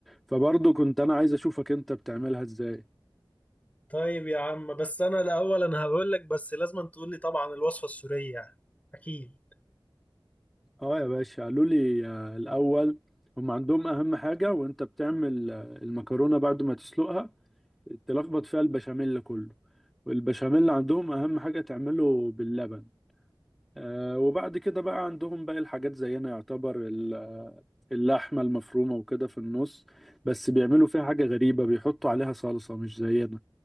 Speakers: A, in the centre; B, on the left.
A: فبرضه كنت أنا عايز أشوفك أنت بتعملها إزاي
B: طيب يا عم بس انا الاول انا هقول لك بس لازم تقول لي طبعا الوصفة السورية يعني. اكيد
A: اه يا باشا قالوا لي آه، الاول هم عندهم اهم حاجه وانت بتعمل آه، المكرونه بعد ما تسلقها تلخبط فيها البشاميل كله والبشاميل عندهم اهم حاجه تعمله باللبن آه وبعد كده بقى عندهم باقي الحاجات زينا يعتبر ال- اللحمه المفرومه وكده في النص بس بيعملوا فيها حاجه غريبه بيحطوا عليها صلصه مش زينا